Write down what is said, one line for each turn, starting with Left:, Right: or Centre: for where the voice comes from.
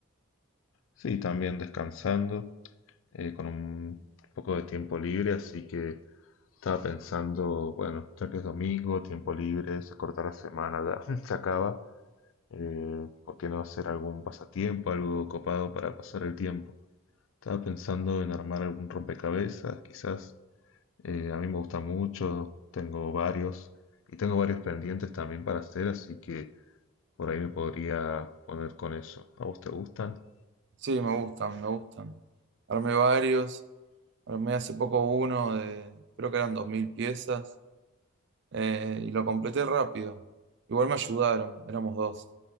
Left: Sí, también descansando, eh, con un poco de tiempo libre, así que estaba pensando, bueno, ya que es domingo, tiempo libre, se corta la semana, ya <laughs> se acaba, eh, ¿por qué no hacer algún pasatiempo, algo copado para pasar el tiempo? Estaba pensando en armar algún rompecabezas, quizás. Eh, a mí me gusta mucho, tengo varios y tengo varios pendientes también para hacer, así que... Por ahí me podría poner con eso. ¿A vos te gustan?
Right: Sí, me gustan, me gustan. Armé varios, armé hace poco uno de, creo que eran dos mil piezas eh, y lo completé rápido. Igual me ayudaron, éramos dos.